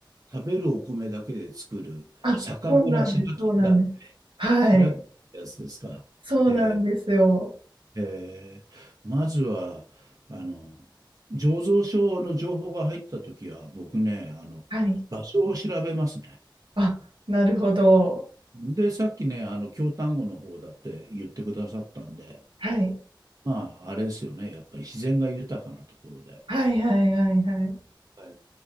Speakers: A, on the right (about 45°); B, on the right (about 80°).
A: 食べるお米だけで作る酒蔵白木だ。
B: あ、そうなんです、そうなんです。はい。
A: 白木ってやつですか。
B: そうなんですよ。
A: えーえーまずは、あの、醸造所の情報が入ったときは、僕ね、あの、
B: はい。
A: 場所を調べますね。
B: あ、なるほど。
A: で、さっきね、あの、京丹後の方だって言ってくださったんで、
B: はい。
A: まあ、あれですよね。やっぱり自然が豊かなところで。
B: はいはいはいはい。
A: はい